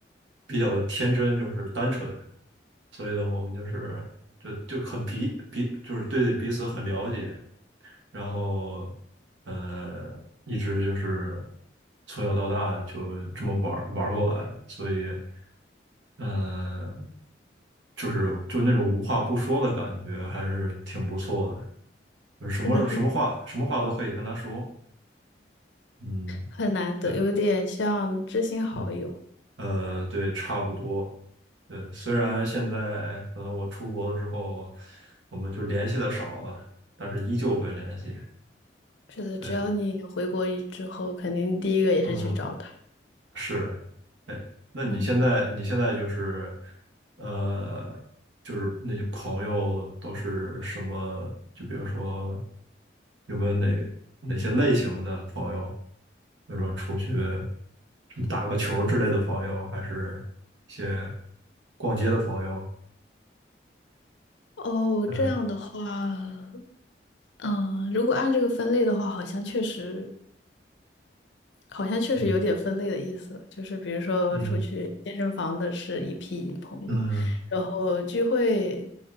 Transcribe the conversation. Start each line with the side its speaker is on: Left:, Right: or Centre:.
Right: 比较的天真，就是单纯，所以呢，我们就是就就很彼彼就是对彼此很了解，然后呃，一直就是从小到大就这么玩儿玩儿过来的所以呃，就是就那种无话不说的感觉，还是挺不错的。就是什么什么话什么话都可以跟他说，
Left: 是的，是的，
Right: 嗯，
Left: 很难得，
Right: 对，
Left: 有点像知心好友。
Right: 嗯，呃，对，差不多。对，虽然现在可能我出国了之后，我们就联系的少了，但是依旧会联系。
Left: 是的，
Right: 对，
Left: 只要你回国一之后，肯定第一个也是去找他。
Right: 嗯。是，哎，那你现在你现在就是，
Left: 嗯，
Right: 呃，就是那些朋友都是什么？就比如说，有没有哪哪些类型的朋友？比如说出去什么打个球之类的朋友，还是一些逛街的朋友？
Left: 哦，
Right: 嗯
Left: 这样的话，嗯、如果按这个分类的话，好像确实好像确实有点分类的意思了，
Right: 嗯
Left: 就是比如说出去健身房的是一批朋友，
Right: 嗯嗯
Left: 然后聚会